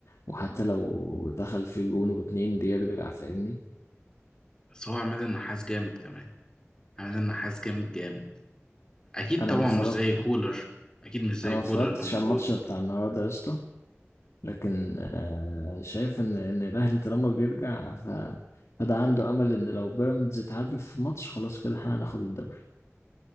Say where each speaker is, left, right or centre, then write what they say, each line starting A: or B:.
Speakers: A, on the left; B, on the left.
A: وحتى لو دخل في جون واتنين بيرجع فاهمني
B: بس هو عماد النحاس جامد كمان عماد النحاس جامد جامد أكيد
A: انا
B: طبعا
A: ما اتفرجت
B: مش زي كولر أكيد مش زي
A: انا ما
B: كولر
A: اتفرجتش
B: كان موجود
A: على الماتش بتاع النهارده يا اسطى لكن آه، شايف ان ان الاهلي طالما بيرجع ف فده عنده امل ان لو بيراميدز اتعادل في ماتش خلاص كده احنا هناخد الدوري